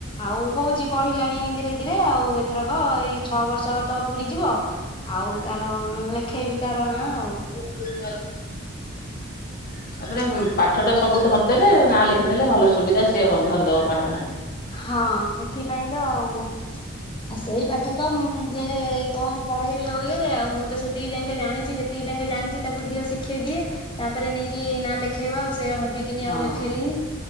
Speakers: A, on the left; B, on the left.
A: ଆଉ ହଉଛି ପଢିଲାଣି ଧୀରେ ଧୀରେ ଆଉ ଏଥରକ ଏଇ ଛଅ ବର୍ଷ ତ ପୁରୀ ଯିବ ଆଉ ତାର ଲେଖେଇବି ତାର ନାଁ ଆଉ
B: <unintelligible> ତାପରେ ପାଠ ତ ସବୁ ଧରିଦେଲେ ନା ଲେଖିଦେଲେ ଭଲ ସୁବିଧା ସେ ଧରିଦବ ପାଠ ଟା।
A: ହଁ ସେଥିପାଇଁ ତ ଆଉ। ଆଉ ସେଇ ପାଠ ତ ମୁଁ ଯେ କଣ ପଢେଇବି ଆଉ ଇଏରେ ଆଉ ମୁଁ ତ ସେତିକି ଯାଙ୍କେ ଜାଣିଛି ଯେତିକି ଯାଙ୍କେ ଜାଣିଛି ତାକୁ ଦିଅ ଶିଖେଇ ଦିଏ ତାପରେ ନେଇକି କି ନା ଲେଖେଇବା ଆଉ ସେୟା ଭାବିକିନି
B: ହଁ।
A: ଆଉ ଲେଖେଇଲିନି।